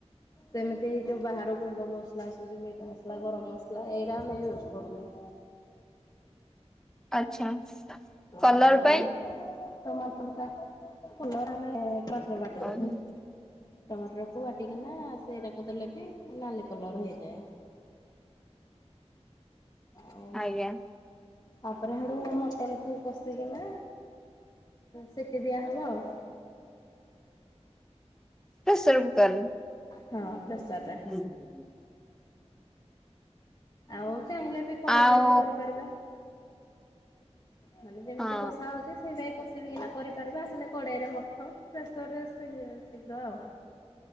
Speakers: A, on the left; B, in the centre.
A: ସେମିତି ଏଇ ଯୋଉ ବାହାର ଗୁଣ୍ଡ ମସଲା ଆସୁଛି ମିଟ୍ ମସଲା ଗରମ ମସଲା ଏଇଟା ଆମେ ୟୁଜ୍ କରୁନୁ
B: ଆଚ୍ଛା
A: ତ
B: କଲର
A: ଆମେ
B: ପାଇଁ
A: ଟମାଟର ଫୁଲର ଆମେ କଟର ବାଟୁ
B: ଓହୋ,
A: ଟମାଟରକୁୁ ବାଟିକିନା ସେଇଟାକୁ ଦେଲେ ବି ନାଲି କଲର ହେଇଯାଏ। ଆଉ
B: ଆଜ୍ଞା।
A: ତାପରେ ଆଡ଼ୁ ମଟନକୁ କଷିକିନା ସେଇଠି ଦିଆହେବ ଆଉ
B: ହେ ସେପ୍ କର।
A: ହଁ ଦଶରା।
B: ହୁଁ-ହୁଁ-ହୁଁ।
A: ଆଉ, ଚାହିଁଲେ ବି କଡେଇରେ
B: ଆଉ
A: ବି କରିପାରିବା। ମାନେ ଯେମିତି
B: ହଁ
A: କଷା ହଉଛି ସେଇଟାଇଁ କଷା କିନା କରିପାରିବା ହେଲେ, କଡ଼େଇରେ ମଠ ପ୍ରେସରରେ ଶୀଘ୍ର ଆଉ।